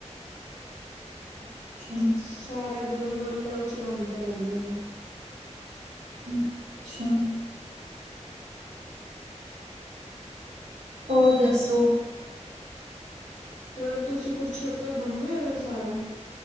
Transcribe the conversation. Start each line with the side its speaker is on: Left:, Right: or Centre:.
Right: <unintelligible>
Left: ਸਾਰਾ ਦਿਨ, ਰੀਲਾਂ ਈ ਚਲਾਉਂਦੇ ਰਹਿੰਦੇ ਨੇ।
Right: ਅੱਛਾ ਹੋਰ ਦੱਸੋ।
Left: ਹੋਰ ਤੁਸੀਂ, ਕੁੁਰੂਕਸੇ਼ਤਰ ਘੁੰਮੇ ਹੋ ਸਾਰਾ।